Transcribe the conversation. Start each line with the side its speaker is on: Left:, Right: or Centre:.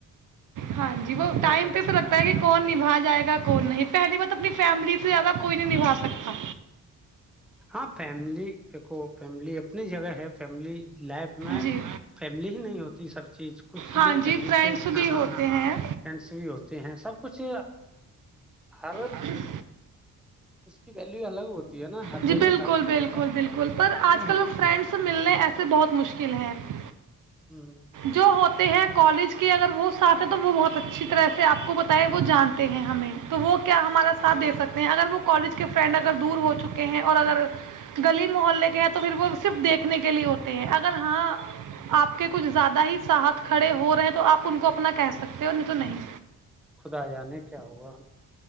Right: ہاں جی وہ
Centre: کیا
Right: ٹم
Centre: کریں
Right: تو تو لگتا ہے کہ کون نہیں نبا جائے گا کون نہیں پہلی بار تو اپنی فیملی سے زیادہ کوئی نہیں نبا سکتا
Centre: ہاں فیملی دیکھو فیملی اپنی جگہ ہے فیملی لائف میں
Right: جی
Centre: فیملی ہی نہیں ہوتی سب چیز کچھ چیزیں
Right: ہاں
Centre: فیملی
Right: جی فرینڈس
Centre: سے ہاں
Right: بھی ہوتے ہیں
Centre: فرینڈس بھی ہوتے ہیں سب کچھ ہ
Right: ا <inaudible>
Centre: اس کی ویلو الگ ہوتی ہے نا ہر
Right: جی
Centre: جگہ
Right: بالکل
Centre: ہر
Right: بالکل
Centre: ہوتا
Right: بالکل پر
Centre: ہے
Right: آج کل وہ فرینڈ سے ملنے ایسے بہت مشکل فلر
Centre: ہ
Right: جو ہوتا ہیں کالج کے اگر وہ ساتھ ہے تو وہ بہت اچھی طرح سے آپ کو بتائے وہ جانتے ہیں ہمیں تو وہ کیا ہمارا ساتھ دےھ سکتے ہیں اگر وہ کالج کے فرینڈ اگر دور ہو چکے ہیں اور اگر گلی محلے کے ہیں تو پھر وہ صرف دیکھنے کے لیے ہوتے ہیں اگر ہاں آپ کے کچھ زیادہ ہی سات کھڑے ہو رہے ہیں تو آپ ان کو اپنا کہہ سکتے ہو نہیں تو نہیں
Centre: خدا جانے کیا ہوا